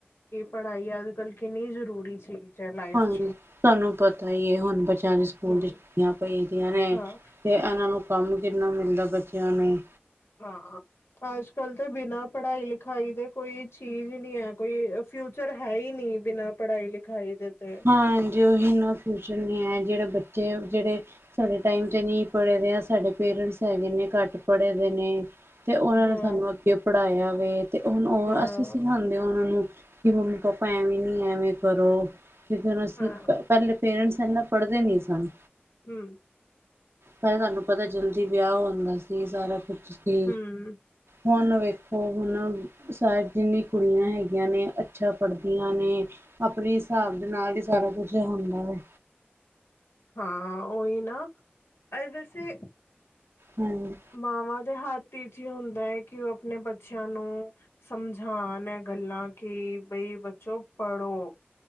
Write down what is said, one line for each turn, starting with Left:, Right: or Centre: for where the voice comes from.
Left: ਕਿ ਪੜ੍ਹਾਈ ਅੱਜ-ਕੱਲ ਕਿੰਨੀ ਜਰੂਰੀ ਚੀਜ਼ ਹੈ ਲਾਈਫ
Right: ਹਾਂਜੀ,
Left: ਚ
Right: ਤੁਹਾਨੂੰ ਪਤਾ ਈ ਐ ਹੁਣ ਬੱਚਿਆਂ ਦੇ ਸਕੂਲ
Left: ਹਮ
Right: ਦੀ ਛੁੱਟੀਆਂ ਪਈਦਿਆਂ ਨੇ।
Left: ਹਾਂ
Right: ਤੇ ਇਹਨਾਂ ਨੂੰ ਕੰਮ ਕਿੰਨਾ ਮਿਲਦਾ ਬੱਚਿਆਂ ਨੂੰ।
Left: ਹਾ, ਅੱਜ-ਕੱਲ ਤੇ ਬਿਨਾਂ ਪੜ੍ਹਾਈ-ਲਿਖਾਈ ਦੇ ਕੋਈ ਚੀਜ਼ ਨੀ ਐ ਕੋਈ ਅ ਫਿਊਚਰ ਹੈ ਹੀ ਨਹੀਂ ਬਿਨਾਂ ਪੜ੍ਹਾਈ ਲਿਖਾਈ ਦੇ ਤੇ
Right: ਹਾਂਜੀ, ਉਹਹੀ ਨਾ ਫਿਊਚਰ ਨਹੀਂ ਹੈ, ਜਿਹੜੇ ਬੱਚੇ ਜਿਹੜੇ ਸਾਡੇ ਟਾਈਮ ਤੇ ਨਹੀਂ ਪੜ੍ਹੇ ਦੇ ਆ, ਸਾਡੇ ਪੇਰੈਂਟਸ ਹੈਗੇ ਨੇ ਘੱਟ ਪੜ੍ਹੇ ਦੇ ਨੇ। ਤੇ ਉਹਨਾਂ
Left: ਹਾਂ
Right: ਨੇ ਸਾਨੂੰ ਅੱਗੇ ਪੜ੍ਹਾਇਆ ਵੇ, ਤੇ ਹੁਣ ਉਹ
Left: ਹਾਂ
Right: ਅਸੀਂ ਸਿਖਾਉਂਦੇ ਉਹਨਾਂ ਨੂੰ। ਕਿ ਮੰਮੀ-ਪਾਪਾ ਐਵੇਂ ਨੀ ਐਵੇਂ ਕਰੋ, ਕਿਉਂਕਿ ਹੁਣ ਅਸੀਂ
Left: ਹਾਂ
Right: ਪਹਿਲੇ ਪੇਰੈਂਟਸ ਇਂਨਾ ਪੜ੍ਹਦੇ ਨਹੀਂ ਸਨ।
Left: ਹੂੰ।
Right: ਪਹਲੇ ਤੁਹਾਨੂੰ ਪਤਾ ਜਲਦੀ ਵਿਆਹ ਹੋ ਜਾਂਦਾ ਸੀ ਸਾਰਾ ਕੁਛ ਸੀ।
Left: ਹਮ
Right: ਹੁਣ ਵੇਖੋ, ਹੁਣ ਸਾਇਦ ਜਿੰਨੀ ਕੁੜੀਆਂ ਹੈਗੀਆਂ ਨੇ ਅੱਛਾ ਪੜ੍ਹਦੀਆਂ ਨੇ। ਆਪਣੇ ਹਿਸਾਬ ਦੇ ਨਾਲ ਹੀ ਸਾਰਾ ਕੁਝ ਹੁੰਦਾ ਵੇ।
Left: ਹਾਂ, ਉਹਹੀ ਨਾ ਐ ਵੈਸੇ
Right: ਹੂੰ।
Left: ਮਾਵਾਂ ਦੇ ਹੱਥ ਵਿਚ ਹੀ ਹੁੰਦਾ ਹੈ ਕਿ ਉਹ ਆਪਣੇ ਬੱਚਿਆਂ ਨੂੰ ਸਮਝਾਨ ਇਹ ਗੱਲਾਂ ਕਿ ਬਈ ਬੱਚੋ ਪੜ੍ਹੋ।